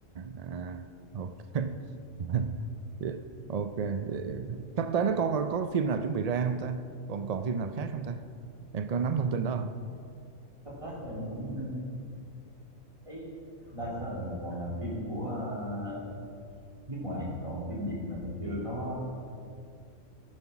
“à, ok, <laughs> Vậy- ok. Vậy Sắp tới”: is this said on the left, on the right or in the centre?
Right